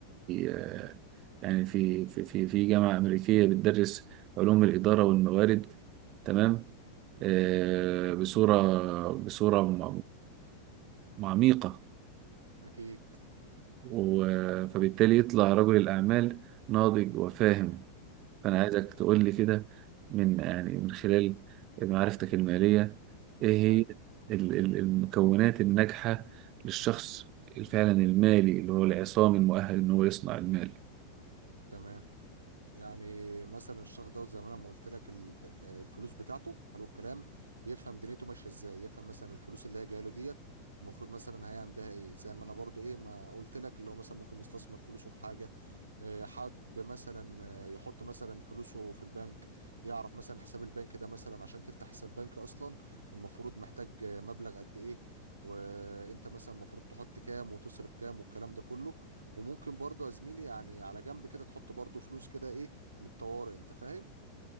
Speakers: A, on the right (about 40°); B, on the right (about 75°).
A: آه، يعني في في في في جامعة أمريكية بتدرس علوم الإدارة والموارد تمام آه، بصورة بصورة م- م- عميقة
B: اكيد
A: و- فبالتالي يطلع رجل الأعمال ناضج وفاهم فأنا
B: مم.
A: عايزك تقول لي كده من يعني من خلال معرفتك المالية إيه هي
B: حلو
A: ال- ال- المكونات الناجحة للشخص
B: مم.
A: فعلا المالي اللي هو العصام المؤهل إن هو يصنع المال
B: تمام يعني مثلا الشخص دوت زي ما انا ما قلت لك ال- الفلوس بتاعته حلو الكلام يفهم دنيته ماشيه ازاي يفهم مثلا الفلوس اللي هي جايه له ديت المفروض مثلا هيعمل بها ايه زي ما انا برضو ايه ما قلت لك اللي هو مثلا ممكن يستثمر فلوسه في حاجه آه، حد مثلا آه، يحط مثلا فلوسه في البنك يعرف مثلا حساب البنك ده مثلا عشان تفتح حساب بنك اصلا المفروض محتاج آه، مبلغ قد ايه وانت مثلا المفروض تحط كام وتصرف كام والكلام ده كله وممكن برضه يا زميلي يعني على جنب كده تحط برضه فلوس كده ايه للطوارئ انت فاهم